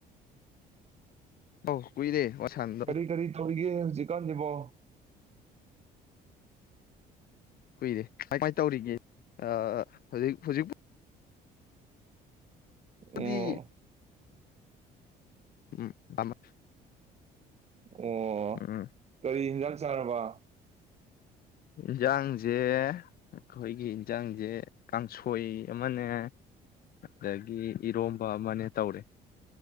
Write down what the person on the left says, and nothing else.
ꯑꯧ ꯀꯨꯏꯔꯦ ꯁꯥꯟꯅꯗꯕ
ꯀꯨꯏꯔꯦ ꯀꯃꯥꯏꯅ ꯇꯧꯔꯤꯒꯦ <unintelligible> ꯍꯧꯖꯤꯛ ꯍꯧꯖꯤꯛ ꯑꯗꯨꯗꯤ
ꯎꯝ <unintelligible>
ꯎꯝ
ꯏꯟꯖꯥꯡꯁꯦ ꯑꯩꯈꯣꯏꯒꯤ ꯏꯟꯁꯥꯡꯁꯦ ꯀꯥꯡꯁꯣꯏ ꯑꯃꯅꯦ ꯑꯗꯒꯤ ꯏꯔꯣꯝꯕ ꯑꯃꯅꯦ ꯇꯧꯔꯦ